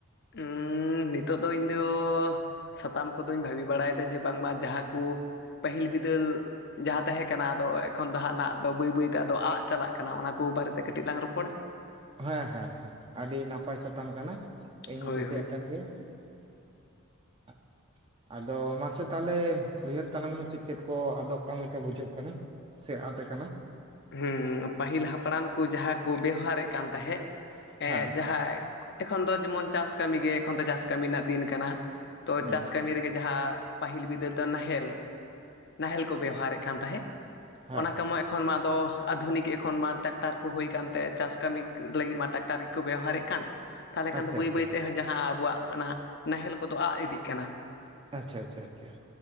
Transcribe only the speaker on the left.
ᱦᱩᱸ ᱱᱤᱛᱚᱜ ᱫᱚ ᱤᱧᱫᱚ ᱥᱟᱛᱟᱢ ᱠᱚᱫᱚᱧ ᱵᱷᱟᱹᱵᱤ ᱵᱟᱲᱟᱭᱮᱫᱟ ᱡᱮ ᱵᱟᱝᱢᱟ ᱡᱟᱦᱟᱸ ᱠᱚ, ᱯᱟᱹᱦᱤᱞ ᱵᱤᱫᱟᱹᱞ ᱡᱟᱦᱟᱸ ᱛᱟᱦᱮᱸ ᱠᱟᱱᱟ ᱟᱫᱚ ᱮᱠᱷᱚᱱ ᱫᱚ ᱦᱟᱸᱜ ᱱᱟᱜ ᱫᱚ ᱵᱟᱹᱭ ᱵᱟᱹᱭᱛᱮ ᱟᱫᱚ ᱟᱫ ᱪᱟᱞᱟᱜ ᱠᱟᱱᱟ ᱚᱱᱟ ᱠᱚ ᱵᱟᱨᱮᱛᱮ ᱠᱟᱹᱴᱤᱡ ᱞᱟᱝ ᱨᱚᱯᱚᱲᱟ᱾
ᱦᱳᱭ
ᱦᱳᱭ
ᱦᱮᱸ ᱯᱟᱹᱦᱤᱞ ᱦᱟᱯᱲᱟᱢ ᱠᱚ ᱡᱟᱦᱟᱸ ᱠᱚ ᱵᱮᱣᱦᱟᱨᱮᱫ ᱠᱟᱱ ᱛᱟᱦᱮᱸᱫ
ᱡᱟᱦᱟᱸ ᱮᱠᱷᱚᱱ ᱫᱚ ᱡᱮᱢᱚᱱ ᱪᱟᱥ ᱠᱟᱹᱢᱤᱜᱮ ᱮᱠᱷᱚᱱ ᱫᱚ ᱪᱟᱥ ᱠᱟᱹᱢᱤ ᱨᱮᱱᱟᱜ ᱫᱤᱱ ᱠᱟᱱᱟ᱾ ᱛᱚ
ᱪᱟᱥ ᱠᱟᱹᱢᱤ ᱨᱮᱜᱮ ᱡᱟᱦᱟᱸ ᱯᱟᱹᱦᱤᱞ ᱵᱤᱫᱟᱹᱞ ᱫᱚ ᱱᱟᱦᱮᱞ, ᱱᱟᱦᱮᱞ ᱠᱚ ᱵᱮᱣᱦᱟᱨᱮᱫ ᱠᱟᱱ ᱛᱟᱦᱮᱸᱫ
ᱚᱱᱟ <unintelligible>
ᱮᱠᱷᱚᱱ ᱢᱟ ᱫᱚ ᱟᱫᱷᱩᱱᱤᱠ ᱮᱠᱷᱚᱱ ᱢᱟ ᱴᱮᱠᱴᱟᱨ ᱠᱚ ᱦᱩᱭ ᱟᱠᱟᱱᱛᱮ ᱪᱟᱥ ᱠᱟᱹᱢᱤ ᱞᱟᱹᱜᱤᱫ ᱢᱟ ᱴᱮᱠᱴᱟᱨ ᱜᱮᱠᱚ ᱵᱮᱣᱦᱟᱨᱮᱫ ᱠᱟᱱ᱾ ᱛᱟᱦᱚᱞᱮ ᱠᱷᱟᱱ
ᱫᱚ ᱵᱟᱹᱭ
ᱵᱟᱹᱭᱛᱮ ᱡᱟᱦᱟᱸ ᱟᱵᱚᱣᱟᱜ ᱚᱱᱟ ᱱᱟᱦᱮᱞ ᱠᱚᱫᱚ ᱟᱫ ᱤᱫᱤᱜ ᱠᱟᱱᱟ᱾